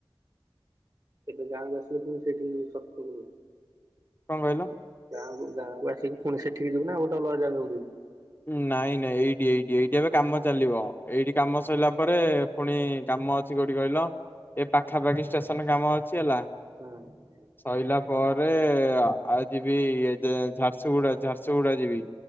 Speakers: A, on the right; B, on the left.
A: ଏବେ ଗାଁ ଆସିଲେ ପୁଣି ସେଇଠି ଯ ସତରୁ
B: କଣ କହିଲ?
A: ଗାଁକୁ ଗାଁକୁ ଆସିକି ପୁଣି ସେଠିକି ଯିବୁ ନା ଆଉ ଗୋଟେ ଅଲଗା ଜାଗାକୁ ଯିବୁ?
B: ନାଇଁ ନାଇଁ ଏଇଠି ଏଇଠି ଏଇଠି ଏବେ କାମ ଚାଲିବ ଏଇଠି
A: ହୁଁ
B: କାମ ସରିଲା ପରେ ରେ ପୁଣି କାମ ଅଛି କୋଉଠି କହିଲ ଏ ପାଖାପାଖି ଷ୍ଟେସନ କାମ ଅଛି ହେଲା
A: ହୁଁ
B: ସଇଲା ପରେ ରେ ଆଉ ଯିବି ଝାରସୁଗୁଡା ଝାରସୁଗୁଡା ଯିବି।